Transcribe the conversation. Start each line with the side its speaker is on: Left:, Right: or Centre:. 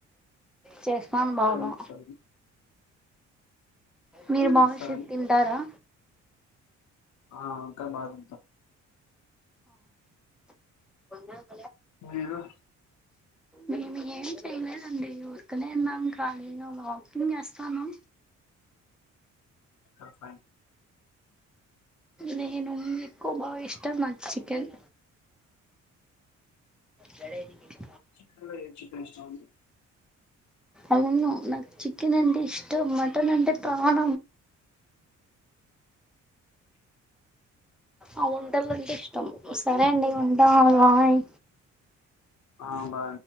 Centre: చేస్తాను
Left: అందులో
Centre: బాగా
Left: ఏం వేస్తారు
Centre: మీరు
Left: ఏమేమి
Centre: బాగా
Left: వేస్తారండి
Centre: చెట్ తింటారా
Left: ఆ మారు
Centre: కొన్న
Left: వగా
Centre: మేము ఏం చేయలేదండి ఊరికనే విన్నాం కనీ వాకింగ్ చేస్తాను
Left: అఫ
Centre: నేను ఎక్కువ బాగా ఇష్టం నా చికెన్ గడ ఎదికి
Left: చికెన్ లో చికెన్ ఇష్టం ఉంది
Centre: అవు నా చికన్ ఎంట ఇష్టం మటన్ అంట ప్రాణ ఆ వంటలుంటే ఇష్టం సరే అండి వంట బాయి్
Left: ఆ బా